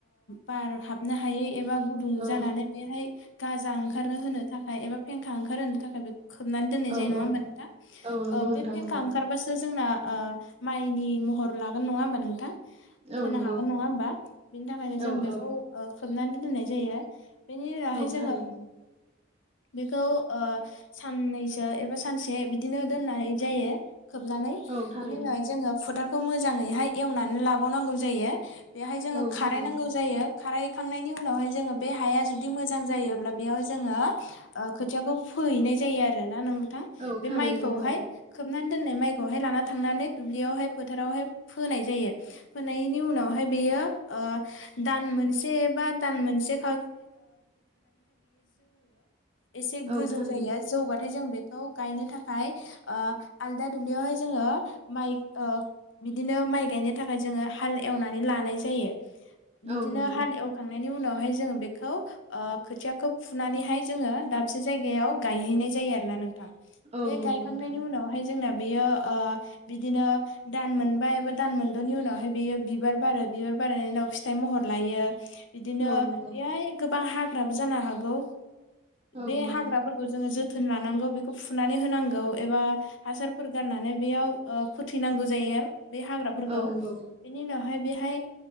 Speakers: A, on the left; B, on the right.
A: बार हाबनो हायै एबा गुदुं
B: औ
A: जानानै बेहाय। गाजा ओंखारनो होनो थाखाय एबा फेंखा ओंखारहो थाखाय बे खोबनानै दोननाय
B: औ
A: जायो नङा
B: औ
A: होमबा नोंथां?
B: औ नंगौ
A: ओ
B: नोंथां
A: बे फेंखा
B: नंगौ
A: ओंखारबासो जोंना ओ माइनि महर लागोन नङा होमबा नोंथां?
B: औ
A: फोनो
B: नंगौ
A: हागोन नङा होमबा? बिनि थाखायनो जों
B: औ
A: बेखौ
B: औ
A: ओ खोबनानै दोननाय जायो। बेनि उनावहाय
B: औ
A: जोङो
B: थारैनो
A: । बेखौ ओ साननैसो एबा सानसे बिदिनो दोननाय जायो। खोबनानै
B: औ थारैनो
A: बेनि उनावाय जोङो फोथार खौ मोजाङैहाय एवनानै लाबावनांगौ जायो। बेहाय जोङो
B: औ
A: खाराय
B: थारैनो
A: नांगौ जायो। खाराखांनायनि उनावहाय जोङो बे हाया जुदि मोजां जायोब्ला बेयाव जोङो ओ खोथियाखौ फोहैनाय जायो आरो ना नों थां
B: औ
A: बे
B: थारैनो
A: माइखौहाय
B: औ
A: सोमनानै दोननाय माइखौहाय लाना थांनानै दुब्लियावहाय फोथारावहाय फोनाय जायो। फोनायनि उनावहाय बेयो ओ दान मोनसे बा दान मोनसे एसे
B: औ
A: गोजौ
B: थारैनो
A: जायो जौगाथाय जों बे खौ गायनो थाखाय ओ आलदा दुब्लियावहाय जोङो माइ ओ बिदिनो माइ गायनो । थाखाय जोङो हाल एवनानै लानाय जायो। बिदिनो
B: औ नंगौ
A: हाल एवखांनाय बिनि उनावहाय जोङो बेखौ ओ खोथियाखौ फुनानैहाय जोङो दा मोनसे जायगायाव गायहैनाय जायो आरोना नों थां
B: औ
A: बे
B: नंगौ
A: गायखांनायनि
B: नोंथां
A: उनावहाय जोंना बेयो ओ बिदिनो दान मोनबाया एबा दान मोनद'नि उनावहाय बेयो बिबार बारो बिबार बारनायनि उनाव फिथाइ महर लायो। बिदिनो
B: औ नंगौ
A: बेहाय गोब - बां हाग्राबो जानो हागौ।
B: औ
A: बे
B: नंगौ
A: हाग्राफोरखौ जोङो जोथ थोन लानांगौ बेखौ फुनानै होनांगौ एबा हासारफोर गारनानै बेयाव ओ फोथैनांगौ जायो । बे हाग्राफोरखौ
B: औ नंगौ
A: बेनि उनाव हाय बेहाय